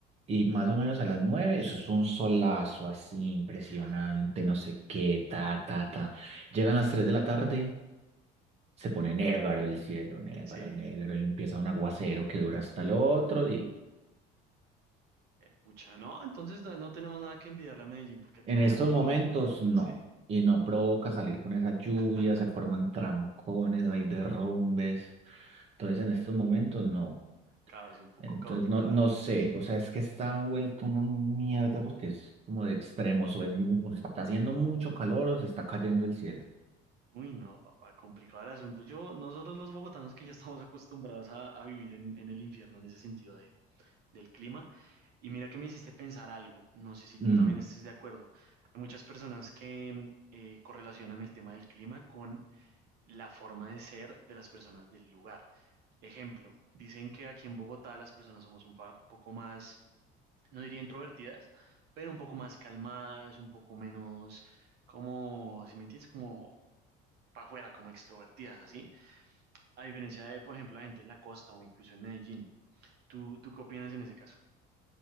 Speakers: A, on the right; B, on the right.
A: Y más o menos a las nueve, eso es un solazo así impresionante,
B: <laughs>
A: no sé qué, ta, ta, ta. Llegan las tres de la tarde, se pone negro el cielo, negro,
B: Sí.
A: negro, y empieza un aguacero que dura hasta el otro día.
B: pucha! no, entonces no, no tenemos nada que enviarle a Medellín porque aquí
A: En
B: es
A: estos
B: la misma
A: momentos
B: vaina.
A: no,
B: Sí,
A: y no provoca salir con esa lluvia,
B: <laughs>
A: se forman trancones, hay derrumbes. Entonces en estos momentos no.
B: caos, un poco
A: Entonces,
B: caótica
A: no, no
B: la,
A: sé,
B: la situación.
A: o sea, es que está vuelto una mierda porque es como de extremos, o, es, mu- o está haciendo mucho calor o se está cayendo el cielo.
B: Uy, no, papá, complicado el asunto. Yo, nosotros los bogotanos que ya estamos acostumbrados a, a vivir en, en el infierno en ese sentido de- del clima. Y mira que me hiciste pensar algo, no sé si
A: Mm,
B: tú también estés de acuerdo. Hay muchas personas que mm, eh, correlacionan el tema del clima con la forma de ser de las personas del lugar. Ejemplo, dicen que aquí en Bogotá las personas somos un, pa- un poco más, no diría introvertidas, pero un poco más calmadas, un poco menos, como, si me entiendes, como para afuera, como extrovertidas, así, a diferencia de, por ejemplo, la gente en la costa o incluso en Medellín. ¿Tú, tú qué opinas en ese caso?